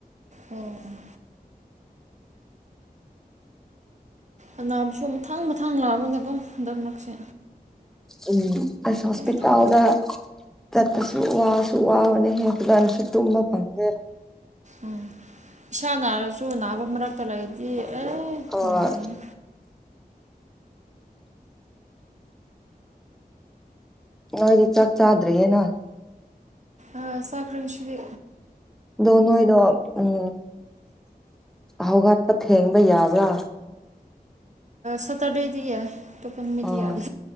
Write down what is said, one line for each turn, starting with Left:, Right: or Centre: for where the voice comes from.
Right: ꯎꯝ ꯎꯝ ꯑꯅꯥꯕꯁꯨ ꯃꯊꯪ ꯃꯊꯪ ꯂꯥꯛꯑꯕꯅꯒꯝ ꯍꯟꯗꯛ ꯂꯛꯁꯦ
Centre: ꯎꯝ ꯑꯁ ꯍꯣꯁꯄꯤꯇꯥꯜꯗ
Right: ꯇꯥꯗꯦ
Centre: ꯆꯠꯄꯁꯨ ꯋꯥ ꯁꯨ ꯋꯥꯕꯅꯦꯍꯦ ꯐꯖꯟꯅꯁꯨ ꯇꯨꯝꯕꯥ ꯐꯪꯗꯦ
Right: ꯎꯝ ꯏꯁꯥ ꯅꯥꯔꯁꯨ ꯅꯥꯕ ꯃꯔꯛꯇ ꯂꯩꯗꯤ ꯑꯦ
Centre: ꯑꯣ
Right: ꯉꯝꯗꯕꯅꯤ
Centre: ꯅꯣꯏꯗꯤ ꯆꯥꯛ ꯆꯥ꯭ꯔꯦ ꯌꯦꯅ
Right: ꯑ ꯆꯈ꯭ꯔꯦ ꯉꯁꯤꯗꯤ
Centre: ꯗꯣ ꯅꯣꯏꯗꯣ ꯎꯝ ꯍꯧꯒꯠꯄ ꯊꯦꯡꯕ ꯌꯥꯕ꯭ꯔꯥ
Right: ꯁꯇꯔꯗꯦꯗꯤ ꯌꯥꯏ ꯇꯣꯄꯟ ꯅꯨꯃꯤꯗꯤ
Centre: ꯑꯥ
Right: ꯌꯥꯗꯦ